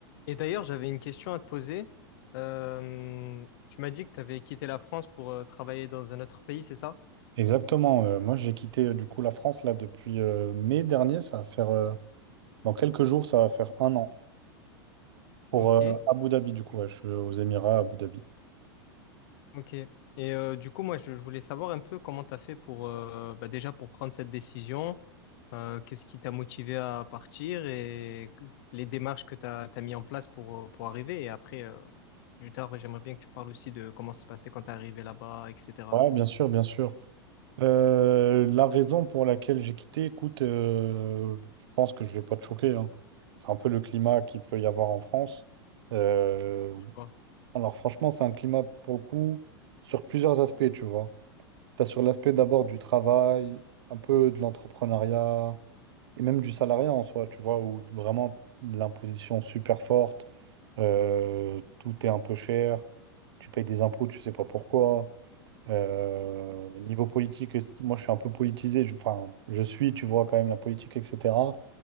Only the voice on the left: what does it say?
Et d'ailleurs, j'avais une question à te poser. Euh, tu m'as dit que tu avais quitté la France pour euh, travailler dans un autre pays, c'est ça?
Ok,
ok. Et euh, du coup, moi, je, je voulais savoir un peu comment tu as fait pour, euh, bah, déjà pour prendre cette décision, euh, qu'est-ce qui t'a motivé à partir et que- les démarches que tu as, mis en place pour, euh, pour arriver. Et après, euh, plus tard, j'aimerais bien que tu parles aussi de comment ça se passait quand tu es arrivé là-bas, etc.
Tu vois.